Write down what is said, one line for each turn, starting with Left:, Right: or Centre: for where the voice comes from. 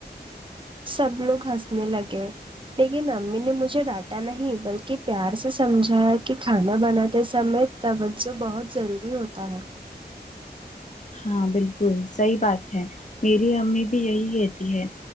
Right: سب لوگ ہنسنے لگے لیکن امی نے مجھے ڈانٹا نہیں بلکہ پیار سے سمجھایا کہ کھانا بناتے سمے توجہ بہت ضروری ہوتا ہے
Left: ہاں بالکل صحیح بات ہے میری امی بھی یہی کہتی ہے